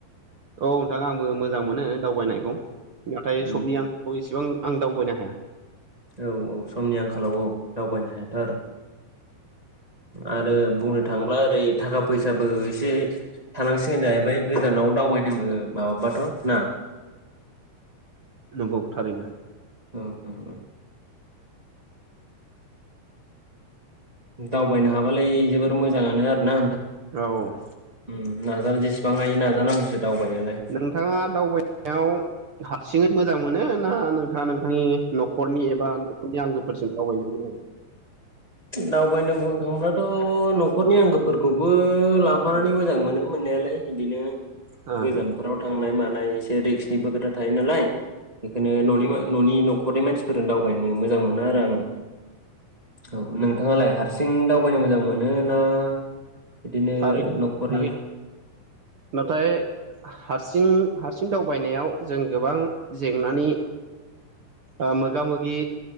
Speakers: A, on the right (about 65°); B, on the right (about 40°).
A: औ नोंथाङा आंबो मोजां मोनो दावबायनायखौ नाथाय
B: उम
A: समनि आंखालाव इसेबां आं दावबायनो हाया।
B: औ औ समनि आंखालाव औ दावबायनो हाया आरो आरो बुंनो थांब्ला ओरै थाखा फैसाबो एसे थानांसिगोन जाहैबाय गोजानाव दावबायनो माबाबाथ' ना
A: नंगौ थारैनो।
B: ओं ओं। दावबायनो हाबालाय जोबोर मोजाङानो आरोना।
A: औ
B: उम नाजानो जेसेबां हायो नाजानांगौसो। दावबायनोलाय
A: नोंथाङा दावबायनायाव। सिङै मोजां मोनो ना नोंथाङा नोंथांनि न'खरनि एबा न'खरनि आंगोफोरजों दावबायनो मोजां मोनो?
B: दावबायनो बुंनो थांब्लाथ' न'खरनि आंगोफोरखौबो लाफानानै मोजां मोनो मोननायालाय इदिनो।
A: मोनो?
B: गोजानफोराव थांनाय मान नाय एसे रिक्सनिबो खोथा थायो नालाय। बिखोनो न'नि न'नि न'खरनि मानसिफोरजों दावबायनो मोजां मोनो आरो आङो। औ नोंथाङालाय हारसिं दाव बायनो मोजां मोनो। मोनोना बिदिनो
A: थारै
B: न'खरनि।
A: थारै नाथाय हारसिं हारसिं दावबायनायाव जों गोबां जेंनानि ओ मोगा मोगि